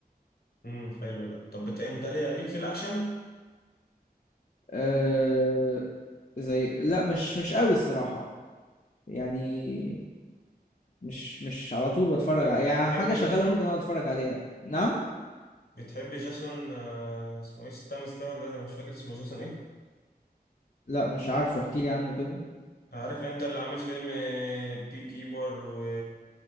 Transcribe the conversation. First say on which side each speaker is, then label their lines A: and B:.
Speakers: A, on the left (about 70°); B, on the left (about 50°).
A: امم حلو ده طب بت... انت ليه ليك في الاكشن
B: آه، زي لا مش مش قوي الصراحة يعني مش مش على طول بتفرج على يعني
A: بتحب
B: حاجة
A: جاسون
B: شغالة ممكن اقعد اتفرج عليها نعم
A: بتحب جاسون آه، اسمه ايه ستامس ده ولا مش فاكر اسمه جاسون ايه
B: لا مش عارفه احكي لي عنه كده
A: عارف انت اللي عامل فيلم آه، بي كيبر و